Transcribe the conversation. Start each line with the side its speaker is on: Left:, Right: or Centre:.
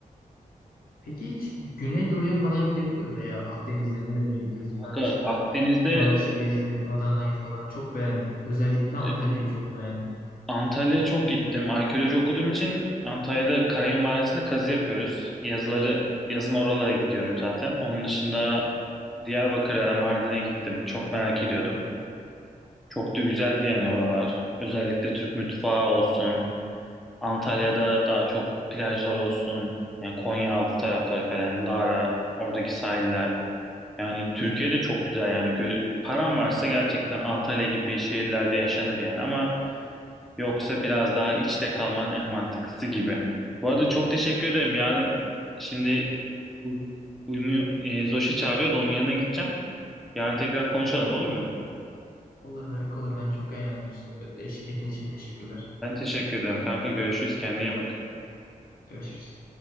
Left: Peki hiç Güneydoğu'ya falan gidebildin mi? Veya Akdeniz'de nereleri gezdin?
Centre: Kanka
Left: Ben mesela
Centre: Akdeniz'de
Left: Maraş'ı gezdim, Adana'yı falan çok beğendim. Özellikle Antalya'yı
Centre: e,
Left: çok beğendim.
Centre: Antalya'ya çok gittim. Arkeoloji okuduğum için Antalya'da Karayın Mağarası'nda kazı yapıyoruz. Yazları yazın oralara gidiyorum zaten. Onun dışında Diyarbakır'a, Mardin'e gittim. Çok merak ediyordum. Çok da güzeldi yani oralar. Özellikle Türk mutfağı olsun. Antalya'da daha çok plajlar olsun. Yani Konyaaltı tarafları falan, Lara, oradaki sahiller. Yani Türkiye'de çok güzel yani. Gö- paran varsa gerçekten Antalya gibi şehirlerde yaşanır yani ama yoksa biraz daha içte kalman en mantıklısı gibi. Bu arada çok teşekkür ederim. Yarın şimdi u- uyumu e, Zoş'a çağırıyor da onun yanına gideceğim. Yarın tekrar konuşalım olur mu?
Left: Olur harika olur. Ben çok eğlendim bu sohbetle. Eşlik ettiğin için teşekkürler.
Centre: Ben teşekkür ederim kanka. Görüşürüz. Kendine iyi bak.
Left: Görüşürüz.